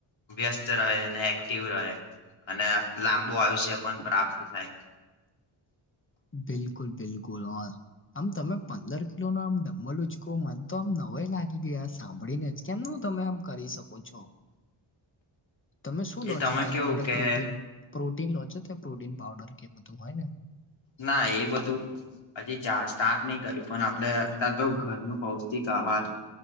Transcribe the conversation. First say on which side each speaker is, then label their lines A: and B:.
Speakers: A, on the left; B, on the left.
A: વ્યસ્ત રહે અને એક્ટિવ રહે અને લાંબુ આયુષ્ય પણ પ્રાપ્ત થાય.
B: બિલકુલ બિલ કુલ હોય. આમ તમે પંદર કિલો ન આમ ડમ્મલ ઉચકો મને તો આમ નવાઈ લાગ ઈ બી આ સાંભળી ને જ કેમનું તમે આમ કરી શકો છો. તમે શું
A: એ
B: લો
A: તમે
B: છો તેના
A: કેવું
B: માટે
A: કે
B: પ્રોટીન પ્રોટીન લો છો તો પ્રોટીન પાવઉડર કે બધું હોય ને
A: ના એ બધું હજી ચાર સ્ટાર્ટ નહી કર્યું પણ આપડે અત તો ઘરનું પૌષ્ટિક આહાર